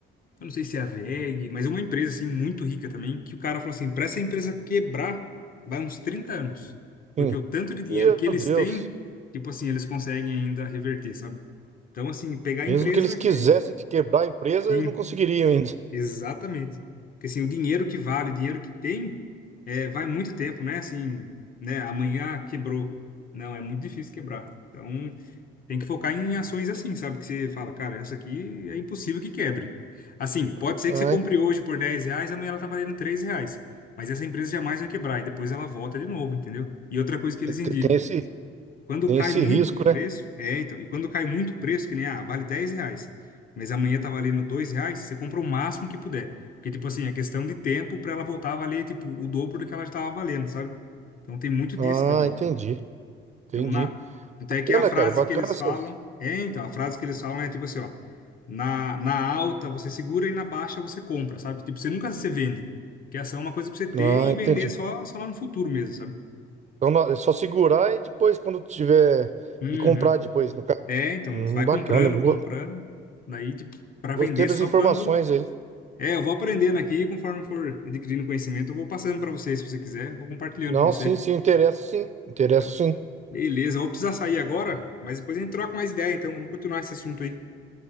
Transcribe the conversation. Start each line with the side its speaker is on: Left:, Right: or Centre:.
Left: eu não sei se é a WEG, mas é uma empresa assim muito rica também, que o cara falou assim, para essa empresa quebrar, vai uns 30 anos.
Right: Sim.
Left: Porque o tanto de dinheiro
Right: Meu
Left: que eles
Right: Deus.
Left: têm, tipo assim, eles conseguem ainda reverter, sabe? Então, assim, pegar a
Right: Mesmo
Left: empresa
Right: que eles
Left: que...
Right: quisessem te quebrar a empresa,
Left: Sim,
Right: eles não conseguiriam ainda.
Left: exatamente. Porque assim, o dinheiro que vale, o dinheiro que tem, é, vai muito tempo, né? Assim, né? Amanhã quebrou. Não, é muito difícil quebrar. Então, tem que focar em ações assim, sabe? Que você fala, cara, essa aqui é impossível que quebre. Assim, pode ser
Right: Ah,
Left: que você compre hoje por 10 reais, amanhã ela tá valendo 3 reais. Mas essa empresa jamais vai quebrar e depois ela volta de novo, entendeu? E outra coisa que eles
Right: te- te-
Left: indicam,
Right: tem esse,
Left: quando
Right: tem
Left: cai
Right: esse
Left: muito
Right: risco,
Left: o preço,
Right: né?
Left: é, então, e quando cai muito o preço, que nem, ah, vale 10 reais, mas amanhã tá valendo 2 reais, você compra o máximo que puder. Porque, tipo assim, é questão de tempo pra ela voltar a valer, tipo, o dobro do que ela já tava valendo, sabe? Então tem muito
Right: Ah,
Left: disso também.
Right: entendi, entendi.
Left: Então, na... Até que
Right: Bacana,
Left: a frase
Right: cara, bacana
Left: que eles
Right: essas...
Left: falam. É, então, a frase que eles falam é tipo assim, ó. Na, na alta você segura e na baixa você compra, sabe? Tipo, você nunca se vende. Porque essa é uma coisa pra você ter
Right: Ah,
Left: e
Right: entendi.
Left: vender só, só lá no futuro mesmo, sabe?
Right: Então nó- é só segurar e depois, quando tiver...
Left: Uhum.
Right: E comprar depois, no caso.
Left: É, então,
Right: Hum,
Left: vai
Right: bacana,
Left: comprando,
Right: go-
Left: comprando. Daí, tipo, pra
Right: gostei
Left: vender
Right: das
Left: só
Right: informações
Left: quando.
Right: aí.
Left: É, eu vou aprendendo aqui, conforme for adquirindo conhecimento, eu vou passando pra você, se você quiser, vou compartilhando
Right: Não,
Left: com você.
Right: sim, sim, interessa sim, interessa
Left: Então,
Right: sim.
Left: beleza, eu vou precisar sair agora, mas depois a gente troca mais ideia, então vamos continuar esse assunto aí.